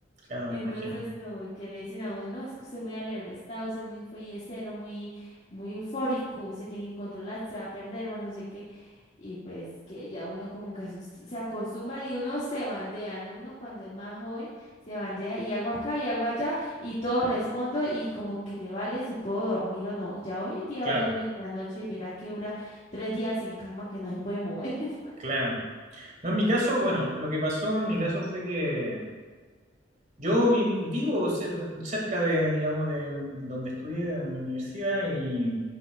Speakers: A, on the right (about 45°); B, on the left (about 40°).
A: claro,
B: Entonces,
A: me imagino.
B: como que le dicen a uno, no, es que usted es muy alebrestado, usted es muy follecero, muy, muy eufórico, se tiene que controlar, se va a perder, más no sé qué. Y pues que ya uno como que as- se acostumbra y uno se bandea, ¿no? Uno cuando es más joven se bandea y hago acá y hago allá y todo respondo y como que le vale si puedo dormir o no. Ya hoy en día
A: Claro,
B: vaya uno y la noche y verá que dura tres días en cama que no se puede mover. <laughs>
A: claro. No, en mi caso, bueno, lo que pasó en mi caso fue que yo vi- vivo ce- cerca de, digamos, de donde estudié, en mi universidad, y